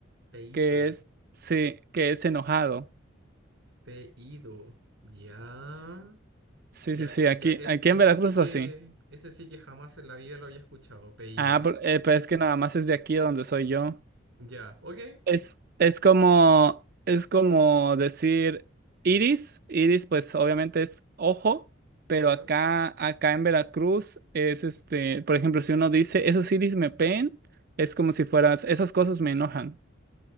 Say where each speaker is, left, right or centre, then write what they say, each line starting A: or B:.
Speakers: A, on the right; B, on the right.
A: Pedido,
B: que es, sí, que es enojado.
A: pedido, ya.
B: Sí,
A: Ya,
B: sí, sí,
A: eh,
B: aquí,
A: ya, e-
B: aquí
A: ese
B: en Veracruz
A: sí
B: es
A: que,
B: así.
A: ese sí que jamás en la vida lo había escuchado, pedido.
B: Ah, pero, eh, pero es que nada más es de aquí de donde soy yo.
A: Ya, ok,
B: Es, es como, es como decir iris. Iris, pues obviamente es ojo, pero
A: claro.
B: acá, acá en Veracruz es este, por ejemplo, si uno dice esos iris me peen, es como si fueras, esas cosas me enojan.